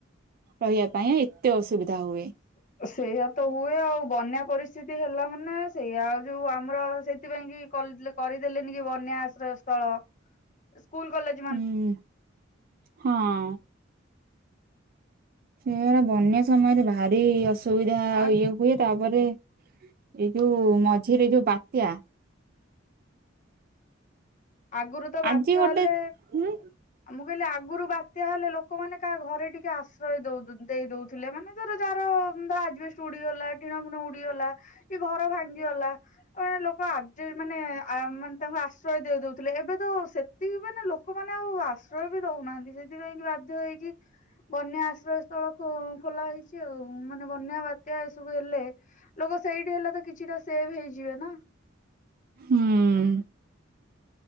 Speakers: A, on the right (about 50°); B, on the left (about 40°).
A: ରହିବା ପାଇଁ। ଏତେ ଅସୁବିଧା ହୁଏ।
B: ସେଇଆ ତ ହୁଏ ଆଉ। ବନ୍ୟା ପରିସ୍ଥିତି ହେଲା ମାନେ ସେଇଆା ଆଉ ଯୋଉ ଆମର ସେଇଥିପାଇଁ କି କଲେ କରିଦେଲେନି କି ବନ୍ୟା ଆଶ୍ରୟ ସ୍ଥଳ। ସ୍କୁଲ କଲେଜ୍
A: ହୁଁ ହଁ। ସେରା ବନ୍ୟା ସମୟରେ ଭାରି ଅସୁବିଧା ଆଉ
B: ଆ
A: ଇଏ ହୁଏ ତାପରେ ଏଇ ଯୋଉ ମଝିରେ ଯୋଉ ବାତ୍ୟା।
B: ଆଗୁରୁ ତ ବାତ୍ୟା
A: ଆଜି ଗୋଟେ
B: ହେଲେ
A: ହୁଁ
B: ମୁଁ କହିଲି ଆଗୁରୁ ବାତ୍ୟା ହେଲେ ଲୋକମାନେ କାହା ଘରେ ଟିକେ ଆଶ୍ରୟ ଦଉ ଦେଇ ଦଉଥିଲେ। ମାନେ ଧର ଯାହାର ଆଜବେଷ୍ଟ ଚୁଡିଗଲା ଟିଣ ଫୁଣ ଉଡିଗଲା କି ଘର ଭାଙ୍ଗିଗଲା ମାନ ଲୋକ ଆଜ ମାନେ ମାନେ ତାଙ୍କୁ ଆଶ୍ରୟ ଦେଇ ଦଉଥିଲେ। ଏବେ ତ ସେତିକି ମାନ ଲୋକମାନେ ଆଉ ଆଶ୍ରୟ ବି ଦଉନାହାନ୍ତି। ସେ ସେଥିପାଇଁ ବାଧ୍ୟ ହେଇକି ବନ୍ୟା ଆଶ୍ରୟ ସ୍ଥଳ ଖୋ ଖୋଲା ହେଇଛି ଆଉ। ମାନେ ବନ୍ୟା ବାତ୍ୟା ଏସବୁ ହେଲେ ଲୋକ ସେଇଠି ହେଲେ ତ କିଛିଟା ସେଭ ହେଇଯିବେ ନା।
A: ହୁଁ।